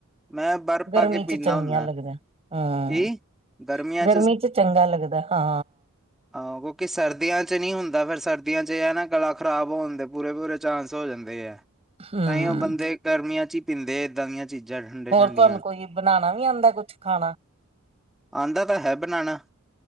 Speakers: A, in the centre; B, on the right (about 30°).
A: ਮੈਂ ਬਰਫ਼
B: ਗਰਮੀ
A: ਪਾ ਕੇ ਪੀਂਦਾ
B: ਚ ਚੰਗੀਆਂ
A: ਹੁੰਦਾ
B: ਲੱਗਦਾ ਹੂੰ।
A: ਕੀ ਗਰਮੀਆਂ
B: ਗਰਮੀ ਚ ਚੰਗਾ ਲੱਗਦਾ ਹਾਂ।
A: ਆ, ਕਿਉਂਕਿ ਸਰਦੀਆਂ ਚ ਨੀ ਹੁੰਦਾ ਫੇਰ ਸਰਦੀਆਂ ਚ ਏ ਐ ਨਾ ਗਲਾ ਖਰਾਬ ਹੋਣ ਦੇ ਪੂਰੇ ਪੂਰੇ ਚਾਂਸ ਹੋ ਜਾਂਦੇ ਆ
B: ਹਮ
A: ਤਾਂਈਓ ਬੰਦੇ ਗਰਮੀਆਂ ਚ ਈ ਪੀਂਦੇ ਏਦਾਂ ਦੀਆਂ ਚੀਜ਼ਾਂ। ਠੰਡੇ
B: ਹੋਰ
A: ਠੰਡੀਆਂ
B: ਤੁਹਾਨੂੰ ਕੋਈ ਬਣਾਣਾ ਨੀ ਆਂਦਾ ਕੁਛ ਖਾਣਾ।
A: ਆਂਦਾ ਤਾਂ ਹੈ ਬਣਾਣਾ